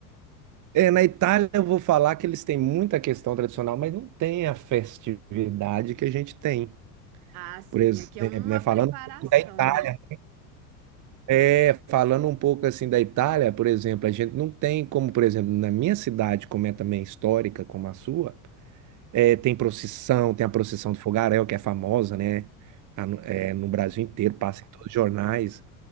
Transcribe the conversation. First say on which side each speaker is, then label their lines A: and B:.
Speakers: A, on the right; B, on the right.
A: É, na Itália eu vou falar que eles têm muita questão tradicional, mas não tem a festividade que a gente tem.
B: Ah, sim,
A: Por exemplo,
B: aqui é uma
A: né, falando
B: preparação,
A: um pouco da Itália,
B: né?
A: é, falando um pouco assim da Itália, por exemplo, a gente não tem como, por exemplo, na minha cidade, como é também histórica, como a sua, é, tem procissão, tem a procissão do fogaréu, que é famosa, né? a- no é, no Brasil inteiro, passa em todos os jornais.